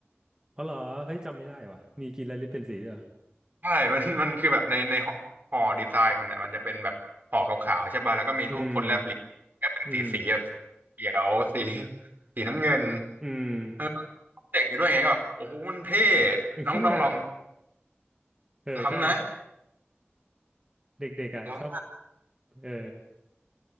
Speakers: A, on the right (about 15°); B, on the right (about 45°).
A: อ๋อเหรอเฮ้ยจำไม่ได้ว่ะมีกินแล้วลินเป็นสีด้วยเหรอ
B: ใช่ <laughs> มันมันคือแบบในในห่อห่อดีไซน์มันอ่ะมันจะเป็นแบบห่อขาวๆใช่ป่ะแล้วก็มีรูปคนแลบลิ้นก็เป็นสีสีแบบ
A: อืมอืม
B: เขียวสีสีน้ำเงิน
A: อืม
B: เออเด็กอยู่ด้วยไงก็แบบโอ้โหมันเท่
A: <laughs>
B: น้องต้องลอง
A: เออใช่
B: ล้ำนะ
A: เด็กๆอ่ะชอบ
B: ล้ำมาก
A: เออ